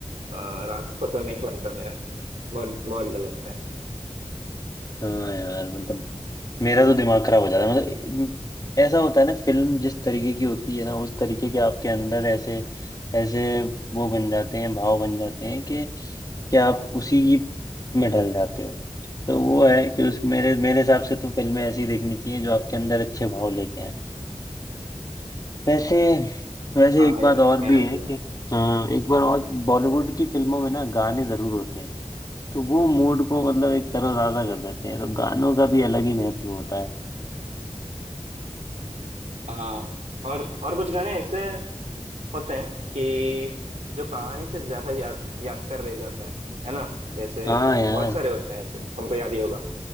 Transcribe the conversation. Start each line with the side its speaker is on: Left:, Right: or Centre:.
Right: अ, रात को तो नहीं बनता मेरा बहुत बहुत डर लगता है
Left: हाँ यार मतलब मेरा तो दिमाग खराब हो जाता है मतलब ऐसा होता है ना फिल्म जिस तरीके की होती है ना उस तरीके के आपके अंदर ऐसे ऐसे वो बन जाते हैं भाव बन जाते हैं कि कि आप उसी में ढल जाते हो तो वो है कि उस मेरे मेरे हिसाब से तो फिल्में ऐसी देखनी चाहिए जो आपके अंदर अच्छे भाव लेके आए वैसे वैसे
Right: हाँ
Left: एक बात
Right: यार
Left: और
Right: मेरा
Left: भी
Right: भी
Left: है
Right: बनना
Left: कि
Right: है
Left: हाँ एक बार और बॉलीवुड की फिल्मों में ना गाने जरूर होते हैं तो वो मूड को मतलब एक तरोताजा कर देते हैं तो गानों का भी अलग ही महत्व होता है
Right: हाँ और और कुछ गाने ऐसे होते हैं कि जो कहानी से ज्यादा याद याद कर रह जाते हैं है ना जैसे
Left: हाँ यार
Right: बहुत सारे होते हैं ऐसे तुमको याद ही होगा